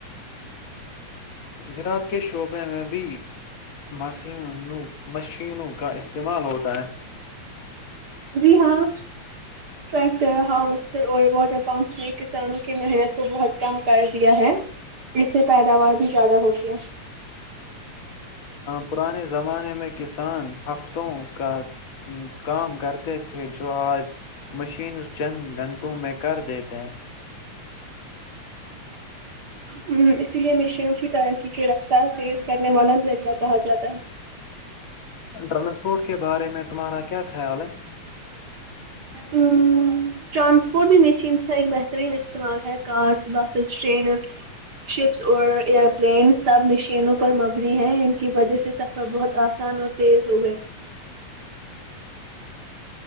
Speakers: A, on the left; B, on the right.
A: زراعت کے شعبے میں بھی مشین مشینوں کا استعمال ہوتا ہے
B: جی ہاں فیکٹر ہاروسٹر اور واٹر پمپس نے کسانوں کی محنت کو بہت کم کر دیا ہے اس سے پیداوار بھی زیادہ ہوتی ہے
A: پرانے زمانے میں کسان ہفتوں کا کام کرتے تھے جو آج مشینس چند گھنٹوں میں کر دیتے ہیں
B: ھمم اسی لیے مشینوں کی ترقی کی رفتار تیز کرنے والا ذریعہ کہا جاتا ہے
A: ٹرانسپورٹ کے بارے میں تمہارا کیا خیال ہے
B: ھمم ٹرانسپورٹ بھی مشین کا ایک بہترین استعمال ہے کارس بسیز ٹرینز شپس اور ایئروپلین سب مشینوں پر مبنی ہیں ان کی وجہ سے سب تو بہت آسان اور تیز ہو گئے